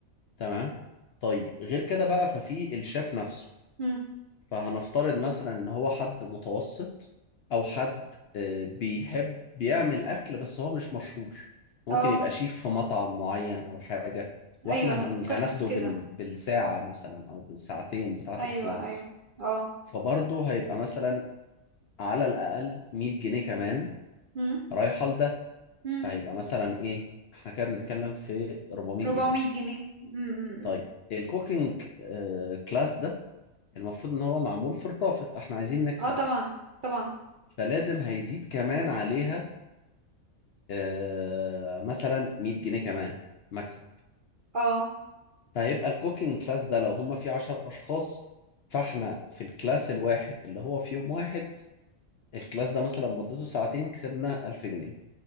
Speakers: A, on the left (about 65°); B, on the right (about 55°).
A: تمام طيب غير كده بقى ففي الشيف نفسه
B: مم.
A: فهنفترض مثلا ان هو حد متوسط او حد آه، بيحب بيعمل اكل بس هو مش مشهور ممكن
B: اه
A: يبقى شيف في مطعم معين او حاجة واحنا
B: ايوه انا فكرت
A: هن- هناخده
B: في كده
A: بال... بالساعة مثلا او بالساعتين بتاعة
B: ايوه
A: الكلاس
B: ايوه اه
A: فبرضه هيبقى مثلا على الاقل 100 جنيه كمان
B: مم.
A: رايحة لده
B: مم.
A: فهيبقى مثلا ايه احنا كده بنتكلم في 400
B: 400
A: جنيه
B: جنيه مم. مم. مم.
A: طيب الكوكينج آه، كلاس ده المفروض ان هو معمول فور بروفيت احنا عايزين نكسب
B: اه طبعا طبعا
A: فلازم هيزيد كمان عليها آه، مثلا 100 جنيه كمان مكسب
B: اه
A: فهيبقى الكوكينج كلاس ده لو هم فيه 10 اشخاص فاحنا في الكلاس الواحد اللي هو في يوم واحد الكلاس ده مثلا مدته ساعتين كسبنا 1000 جنيه